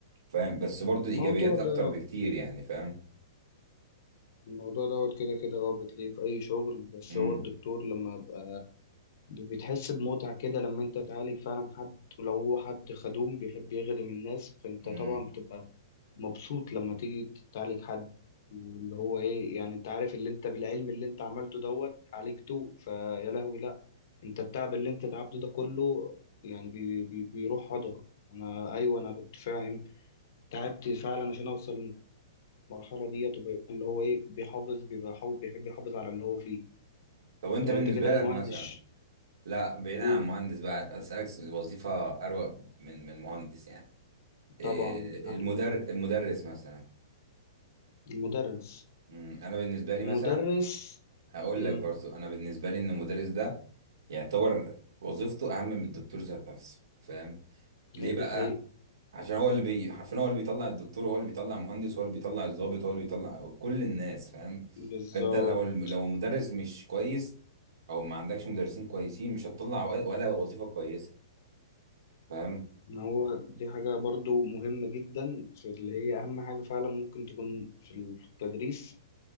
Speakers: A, on the right; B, on the left.
A: فاهم بس برضو الايجابيات
B: الموضوع ده
A: اكتر بكتير يعني فاهم
B: الموضوع دوت كده كده اه بتلاقيه في اي شغل بس
A: امم
B: هو الدكتور لما بقى بتحس بمتعة كده لما انت تعالج فعلا حد ولو هو حد خدوم بيحب يخدم الناس فانت
A: امم
B: طبعا بتبقى مبسوط لما تيجي تعالج حد واللي هو ايه يعني انت عارف اللي انت بالعلم اللي انت عملته دوت عالجته فيا لهوي لا انت التعب اللي انت تعبته ده كله يعني بي بي بيروح هدره انا ايوه انا كنت فاهم تعبت فعلا عشان اوصل المرحلة دي وتبقى اللي هو ايه بيحافظ بيبقى حافظ بيحب يحافظ على اللي هو فيه
A: طب وانت
B: طب
A: بالنسبه
B: انت كده المهندس
A: لك مثلا لا بعيدا
B: قول
A: عن مهندس بقى اسالك س- وظيفه اروق من من مهندس يعني إيه
B: طبعا احلى
A: المدر المدرس مثلا
B: المدرس
A: امم انا بالنسبه لي
B: المدرس
A: مثلا هقول
B: امم
A: لك برضو انا بالنسبه لي ان المدرس ده يعتبر وظيفته اهم من الدكتور ذات نفسه فاهم ليه
B: هي
A: بقى
B: دي حقيقة
A: عشان هو اللي بي حرفيا هو اللي بيطلع الدكتور هو اللي بيطلع المهندس هو اللي بيطلع الضابط هو اللي بيطلع كل الناس فاهم
B: بالظبط
A: فانت لو الم- لو المدرس مش كويس او ما عندكش مدرسين كويسين مش هتطلع ولا ولا وظيفة كويسة فاهم
B: ما هو دي حاجة برضو مهمة جدا في اللي هي أهم حاجة فعلا ممكن تكون في ال- في التدريس